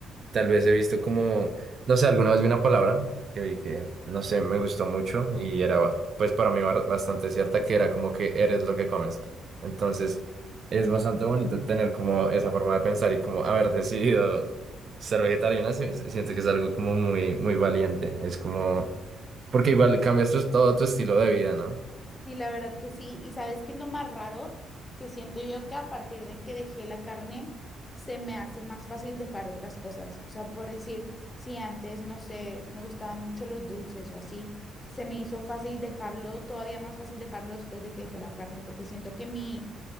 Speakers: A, on the right (about 50°); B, on the left (about 25°).
A: Tal vez he visto como, no sé, alguna vez vi una palabra que vi que, no sé, me gustó mucho y era, pues para mí ba- bastante cierta, que era como que eres lo que comes. Entonces, es bastante bonito tener como esa forma de pensar y como haber decidido ser vegetariana, si- si- siento que es algo como muy, muy valiente. Es como, porque igual cambias tu- todo tu estilo de vida, ¿no?
B: Sí, la verdad que sí. Y sabes qué es lo más raro que siento yo que a partir de que dejé la carne, se me hace más fácil dejar otras cosas. O sea, por decir, si antes, no sé, me gustaban mucho los dulces o así, se me hizo fácil dejarlo, todavía más fácil dejarlo después de que dejé la carne, porque siento que mi